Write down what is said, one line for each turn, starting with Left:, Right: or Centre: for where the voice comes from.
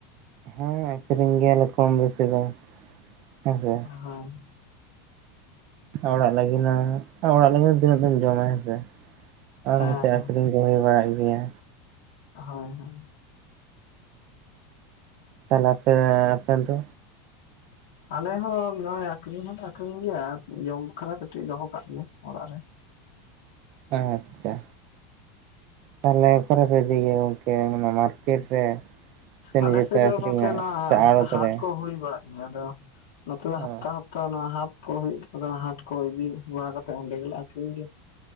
Right: ᱦᱮᱸ ᱟᱠᱷᱨᱤᱧ ᱜᱮᱭᱟᱞᱮ ᱠᱚᱢ ᱵᱮᱥᱤ ᱫᱚ ᱦᱮᱸᱥᱮ
Left: ᱦᱮ
Right: ᱚᱲᱟᱜ ᱞᱟᱹᱜᱤᱫ ᱦᱚ ᱚᱲᱟᱜ ᱞᱟᱹᱜᱤᱫ ᱫᱚ ᱛᱤᱱᱟᱹᱜ ᱫᱚᱢ ᱡᱚᱢᱟ ᱦᱮᱸᱥᱮ ᱟᱨ
Left: ᱦᱮᱸ
Right: ᱱᱚᱛ ᱟᱠᱷᱨᱤᱧ ᱨᱚᱦᱚᱭ ᱵᱟᱲᱟᱜ ᱜᱮᱭᱟ
Left: ᱦᱳᱭ ᱦᱳᱭ
Right: ᱛᱟᱦᱚᱞᱮ ᱟᱯᱮ ᱟᱯᱮ ᱫᱚ
Left: ᱟᱞᱮ ᱦᱚ ᱱᱚᱜᱼᱚᱭ ᱟᱠᱷᱨᱤᱧ ᱦᱚᱸᱞᱮ ᱟᱠᱷᱨᱤᱧ ᱜᱮᱭᱟ ᱡᱚᱢ ᱵᱟᱠᱷᱟᱨᱟ ᱠᱟᱹᱴᱤᱡ ᱫᱚᱦᱚ ᱠᱟᱜ ᱜᱮᱭᱟ ᱚᱲᱟᱜ ᱨᱮ
Right: ᱦᱮ ᱟᱪᱪᱷᱟ ᱛᱟᱦᱚᱞᱮ ᱟᱠᱟᱨᱮᱯᱮ ᱩᱫᱤᱭ ᱜᱮᱭᱟ ᱜᱚᱝᱠᱮ ᱢᱟᱨᱠᱮᱴ ᱨᱮ ᱥᱮ ᱱᱤᱡᱮ
Left: ᱟᱞᱮᱥᱮᱫ
Right: ᱯᱮ
Left: ᱫᱚ
Right: ᱟᱠᱷᱨᱤᱧᱟ
Left: ᱜᱚᱝᱠᱮ ᱱᱚᱶᱟ
Right: ᱥᱮ ᱟᱲᱚᱛ
Left: ᱦᱟᱴ
Right: ᱨᱮ
Left: ᱠᱚ ᱦᱩᱭ ᱵᱟᱲᱟᱜ ᱜᱮᱭᱟ ᱟᱫᱚ ᱱᱚᱛᱮ ᱫᱚ ᱦᱟᱯᱛᱟ
Right: ᱚ
Left: ᱦᱟᱯ ᱛᱚ ᱱᱚᱣᱟ ᱦᱟᱴ ᱠᱚ ᱦᱩᱭᱩᱜ ᱠᱟᱱᱟ ᱦᱟᱴ ᱠᱚ ᱤᱫᱤ ᱵᱟᱲᱟ ᱠᱟᱛᱮᱫ ᱚᱸᱰᱮ ᱜᱮᱞᱮ ᱟᱠᱷᱨᱤᱧ ᱜᱮᱭᱟ